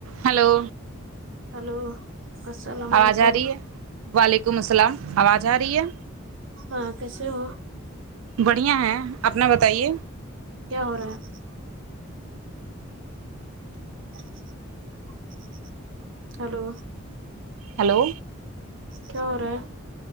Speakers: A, on the right; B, on the right.
A: ہلو
B: ہلو السلام علیکم
A: آواز آ رہی ہے وعلیکم السلام آواز آ رہی ہے
B: ہاں کیسے ہو
A: بڑھیا ہیں اپنا بتائیے
B: کیا ہو رہا ہے <inaudible> ہلو
A: ہیلو
B: کیا ہو رہا ہے